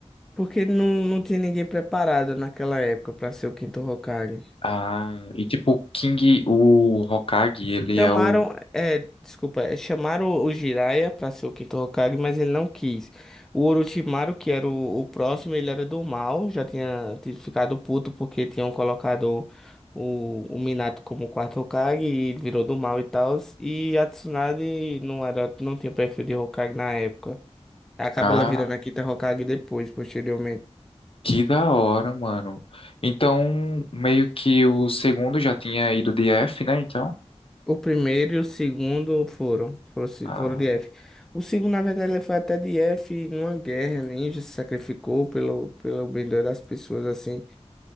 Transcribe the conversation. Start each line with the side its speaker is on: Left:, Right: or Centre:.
Centre: Porque não, não tinha ninguém preparado naquela época para ser o quinto Hokage.
Left: ah, e tipo, o King, o Hokage, ele
Centre: Chamaram,
Left: é o.
Centre: é, desculpa, é, chamaram o Jiraiya para ser o quinto Hokage, mas ele não quis. O Orochimaru, que era o, o próximo, ele era do mal, já tinha ti- ficado puto porque tinham colocado o, o Minato como quarto Hokage e ele virou do mal e tal. E a Tsunade não era, não tinha perfil de Hokage na época. Acaba
Left: Ah,
Centre: ela virando a quinta Hokage depois, posteriormente.
Left: que da hora, mano. Então, meio que o segundo já tinha ido de F, né? Então,
Centre: O primeiro e o segundo foram, foram, se-
Left: ah,
Centre: foram de F. O segundo, na verdade, ele foi até de F numa guerra, ninja se sacrificou pelo, pelo bem das pessoas, assim.